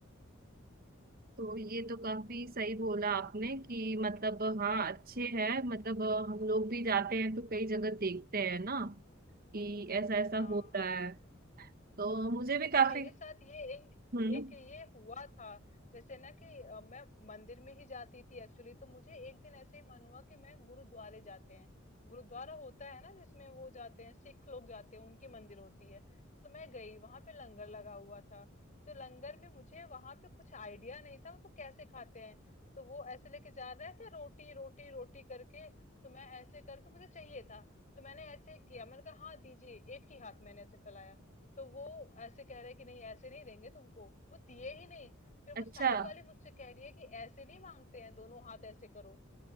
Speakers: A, on the right; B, on the left.
A: तो ये तो काफी सही बोला आपने कि मतलब हाँ अच्छे हैं मतलब अ, हम लोग भी जाते हैं तो कई जगह देखते हैं ना कि ऐसा ऐसा
B: हाँ
A: होता
B: हाँ
A: है तो मुझे भी
B: अच्छा
A: काफी
B: मेरे साथ ये एक
A: हम्म
B: एक ये हुआ था जैसे ना कि अ, मैं मंदिर में ही जाती थी एक्चुअली तो मुझे एक दिन ऐसे ही मन हुआ कि मैं गुरुद्वारे जाते हैं गुरुद्वारा होता है ना जिसमें वो जाते हैं सिख लोग जाते हैं उनकी मंदिर होती है तो मैं गई वहां पे लंगर लगा हुआ था तो लंगर में मुझे वहां पे कुछ आइडिया नहीं था मतलब कैसे खाते हैं तो वो ऐसे लेके जा रहे थे रोटी रोटी रोटी करके तो मैं ऐसे करके मुझे चाहिए था तो मैंने ऐसे किया मैंने कहा हाँ दीजिए एक ही हाथ मैंने ऐसे फैलाया तो वो ऐसे कह रहे हैं कि नहीं ऐसे नहीं देंगे तुमको वो दिए ही नहीं फिर
A: अच्छा
B: वो साइड वाली मुझसे कह रही है कि ऐसे नहीं मांगते हैं दोनों हाथ ऐसे करो